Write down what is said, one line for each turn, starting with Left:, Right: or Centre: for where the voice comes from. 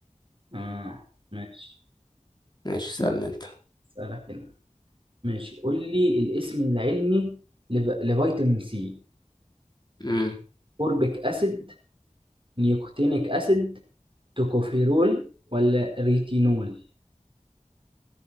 Right: آه ماشي
Left: ماشي سألني انت
Right: اسألك هنا ماشي قول لي الاسم العلمي لف... لفيتامين سي
Left: امم
Right: أوربيك أسيد نيكوتينيك أسيد توكوفيرول ولا ريتينول